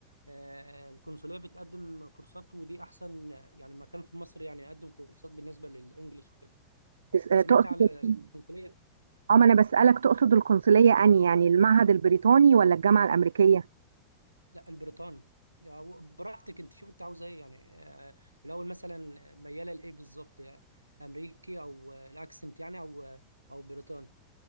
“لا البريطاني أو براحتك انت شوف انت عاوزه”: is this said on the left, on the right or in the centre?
Right